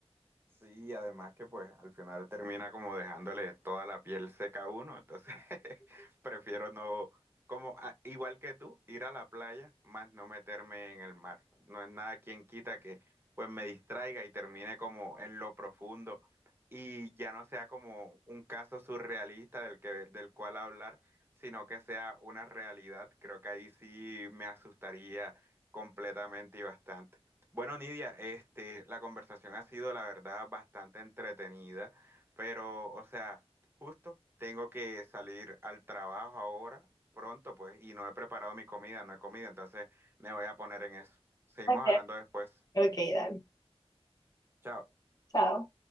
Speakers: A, on the right; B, on the left.
A: Sí, además que pues al final termina como dejándole toda la piel seca a uno, entonces <laughs> prefiero no, como a- igual que tú, ir a la playa, más no meterme en el mar. No es nada quien quita que pues me distraiga y termine como en lo profundo y ya no sea como un caso surrealista del que, del cual hablar, sino que sea una realidad. Creo que ahí sí me asustaría completamente y bastante. Bueno, Nidia, este, la conversación ha sido, la verdad, bastante entretenida, pero, o sea, justo tengo que salir al trabajo ahora, pronto, pues, y no he preparado mi comida, no he comido, entonces me voy a poner en eso. Seguimos
B: Ok,
A: hablando después.
B: Ok, dale.
A: Chao.
B: Chao.